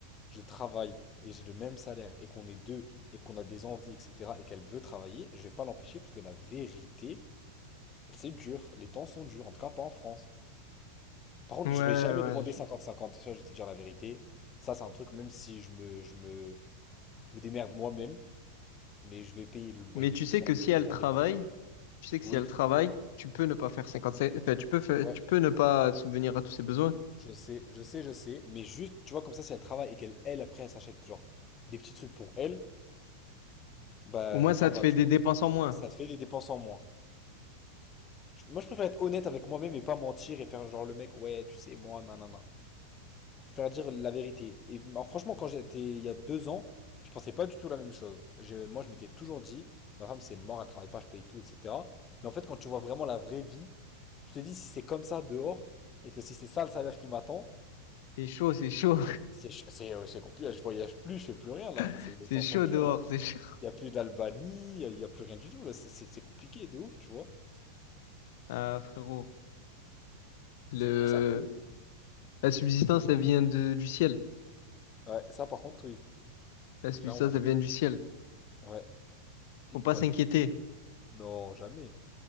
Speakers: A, on the left; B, on the left.
A: je travaille et j'ai le même salaire et qu'on est deux et qu'on a des envies, etc., et qu'elle veut travailler, je vais pas l'empêcher parce que la vérité, c'est dur. Les temps sont durs, en tout cas pas en France. Par contre,
B: Ouais,
A: je vais jamais
B: ouais.
A: demander
B: je-
A: 50-50. Ça, je vais te dire la vérité. Ça, c'est un truc, même si je me, je me, je me démerde moi-même, mais je vais payer le loyer,
B: Mais tu
A: tout
B: sais
A: ça.
B: que si
A: Il n'y
B: elle
A: a pas
B: travaille,
A: de débat.
B: tu sais que
A: Oui,
B: si elle travaille, tu peux ne pas faire 55, enfin, tu peux faire-
A: ouais.
B: tu peux ne pas subvenir à tous ses besoins.
A: Je sais, je sais, je sais, mais juste, tu vois, comme ça, si elle travaille et qu'elle, elle, après, elle s'achète, genre, des petits trucs pour elle, bah,
B: Au moins, ça
A: ça va,
B: te fait
A: tu
B: des
A: vois.
B: dépenses en moins.
A: Ça te fait des dépenses en moins. Tu- Moi, je préfère être honnête avec moi-même et pas mentir et faire, genre, le mec, ouais, tu sais, moi, nanana. Je préfère dire la vérité. Et bah, franchement, quand j'étais, il y a deux ans, je pensais pas du tout la même chose. Je- moi, je m'étais toujours dit, ma femme, c'est mort, elle travaille pas, je paye tout, etc. Mais en fait, quand tu vois vraiment la vraie vie, tu te dis, si c'est comme ça dehors, et que si c'est ça le salaire qui m'attend,
B: C'est chaud, c'est chaud,
A: C'est ch- c'est euh, c'est compliqué, je voyage plus, je fais plus rien là,
B: <laughs>
A: c'est les
B: c'est
A: temps
B: chaud
A: sont durs
B: dehors,
A: là.
B: c'est chaud. <laughs>
A: Il y a plus d'Albanie, il y a plus rien du tout là, c'est c'est- c'est compliqué de ouf, tu vois.
B: Ah, frérot, le,
A: C'est pour ça que
B: la subsistance, elle vient de, du ciel.
A: ouais, ça par contre oui,
B: La subsistance,
A: clairement.
B: elle vient du ciel.
A: Ouais, pile
B: Faut pas
A: poil.
B: s'inquiéter.
A: Non, jamais,